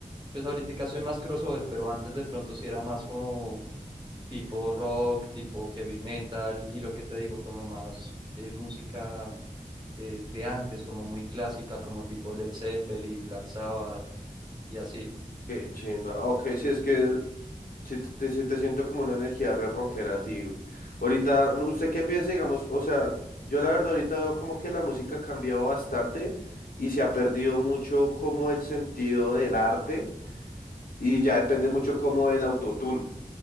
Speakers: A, on the right; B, on the left.
A: pues ahorita soy más crossover, pero antes de pronto sí era más como tipo rock, tipo heavy metal, y lo que te digo, como más eh, música eh, de antes, como muy clásica, como tipo Led Zeppelin, Black Sabbath, y así.
B: Qué chimba. Ok, sí es que Sí, te, sí te siento como una energía re rockera, tío. Ahorita, no, ¿usted qué piensa, digamos? O sea, yo la verdad ahorita veo como que la música ha cambiado bastante y se ha perdido mucho como el sentido del arte y ya depende mucho como del autotune.